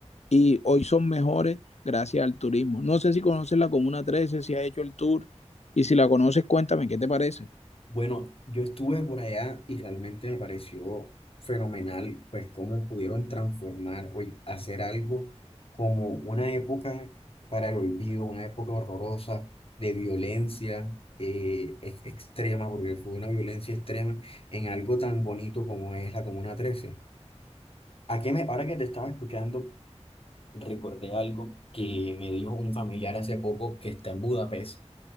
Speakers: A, on the left; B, on the left.
A: y hoy son mejores gracias al turismo. No sé si conoces la Comuna trece si has hecho el tour y si la conoces, cuéntame, ¿qué te parece?
B: Bueno, yo estuve por allá y realmente me pareció fenomenal, pues cómo pudieron transformar o y hacer algo como una época para el olvido, una época horrorosa de violencia eh, ex- extrema, porque fue una violencia extrema, en algo tan bonito como es la Comuna 13. ¿A qué me, ahora que te estaba escuchando, recordé algo que me dijo un familiar hace poco que está en Budapest